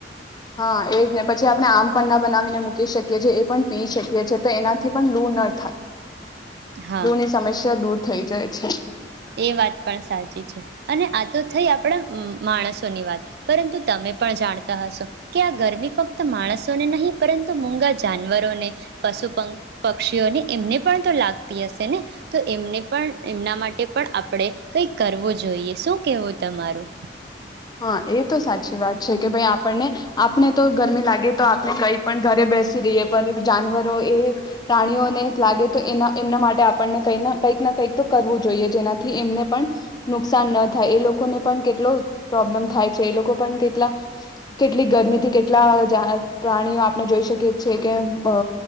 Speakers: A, on the left; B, on the right.
A: હા એ જ ને પછી આપણે આમ પન્ના બનાવીને મૂકી શકીએ છીએ એ પણ પી શકીએ છેએ તો એનાથી પણ લૂ ન થાય.
B: હા
A: લૂ ની સમસ્યા દૂર થઈ જાય છે
B: એ વાત પણ સાચી છે અને આ તો થઈ આપ પણે માણસોની વાત પરંતુ તમે પણ જાણતા હશો કે આ ગરમી ફક્ત માણસોને નહીં પરંતુ મુંગા જાનવરોને પશુ પંક પક્ષીઓને એમને પણ તો લાગતી હશે ને તો એમને પણ એમના માટે પણ આપણે કઈ કરવું જોઈએ શું કેવું તમારું.
A: હા એ તો સાચી વાત છે કે ભાઈ આપણને આપણે તો ગરમી લાગી તો આપણે કંઈ પણ ઘરે બેસી રહીએ પણ જાનવરો એ પ્રાણીઓને લાગે તો એના એમના માટે આપણને કંઈ કંઈક ના કંઈક તો કરવું જોઈએ જેનાથી એમને પણ નુકસાન ન થાય એ લોકોને પણ કેટલો પ્રોબ્લેમ થાય છે એ લોકો પણ કેટલા કેટલી ગરમીથી કેટલા જા પ્રાણીઓ આપણે જોઈ શકીએ છે કે અ